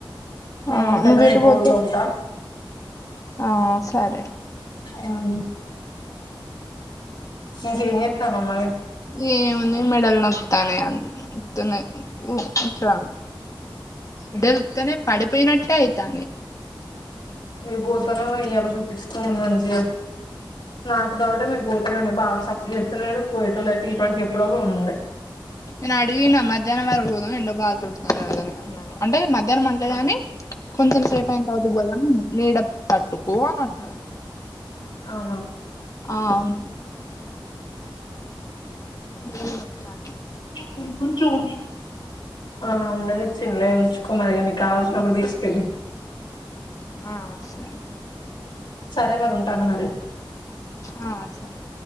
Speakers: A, on the left; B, on the left.
A: మేము
B: ఆ
A: ఇంతలోనే
B: నువ్వు ఎటు
A: బోల్
B: పోతావ్
A: తోముతాం
B: ఆ సరే
A: ఉమ్ ఇంకేం చేత్తన్నావ్ మరీ
B: ఏము ఉంది మెడల్ నొత్తానయి గాని వత్తున్నాయి అడలుత్తనే పడిపోయినట్టే అయితనై
A: ఏ బోతనవా ఇయాల చూపిచ్చుకొని మంచిగ నాకు డౌట్ మీరు పోతేడి బావ సఫ్ ఎత్తలేడు పోయటం లేదు. తీపడికి ఎప్పుడో ఉండే
B: నేను అడిగిన మధ్యాహ్నం వరకు పోదాం. ఎండ బాగొడుతున్నా కదని అన్నాడు. అంటే మధ్యాహ్నం అంలేగాని కొంచెం సేపైనా తరువాత పోదాం. నీడ పట్టుకో అని అన్నాడు.
A: అవునా
B: ఆ అవును లు నప్పడ్రా
A: ఆ కొంచెం ఉంది ఆ ఉండనిచ్చిలే ఉంచుకో మరిగా నీ కావాల్సినప్పుడు తీసుకెళ్ళి
B: ఆ సర
A: సరే మరి ఉంటాను మరి
B: ఆ సరే